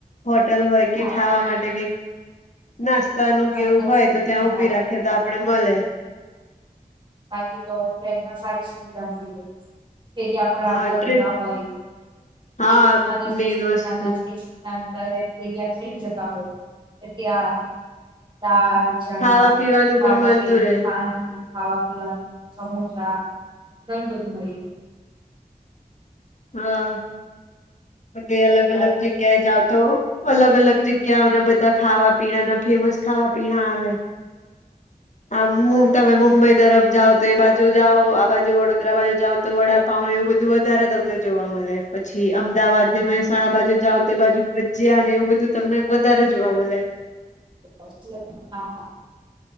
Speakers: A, on the left; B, on the right.
A: હોટલ હોય કે
B: હા
A: ખાવા માટે કઈક નાસ્તાનું
B: સાંજના
A: કે એવું હોય
B: સમયે
A: તો ત્યાં
B: હા
A: ઉભી રાખ ખે તો આપડે મલે.
B: બાકી તો ટ્રેનમાં સારી સુવિધા મળી રહે. ફેરિયા પર
A: હા
B: આવતા
A: ટ્રે
B: જતા હોય.
A: હા
B: એક નાના સ્ટેશનથી
A: મેન વસ્તુ
B: નાના સ્ટેશન <inaudible> ત્યારે ફેરીયા ચડી જતા હોય તો ત્યાં દાળ, ચણા,
A: ખાવા પીવાનું
B: ખારી
A: પણ મળતું
B: સિંગ,
A: રે
B: પાણી ખાવા પીવાનું સમોસા ઘણું બધું મળી રે.
A: હા બધે અલગ
B: રહે
A: અલગ જગ્યાએ જાઓ તો. અલગ અલગ જગ્યાઓના બધા ખાવા પીણાના ફેમસ ખાવા પીણા આવે. આમ
B: બરાબર
A: મું તમે મુંબઈ તરફ જાવ તો એ બાજુ જાઓ આ બાજુ વડોદરા બાજુ જાઓ તો વડાપાવને એવું બધું વધારે તમને જોવા મળે. પછી અમદાવાદને મહેસાણા બાજુ જાવ તો એ બાજુ ભજ્યા ને એવું બધું તમને વધારે જોવા મળે.
B: <inaudible> હા હા.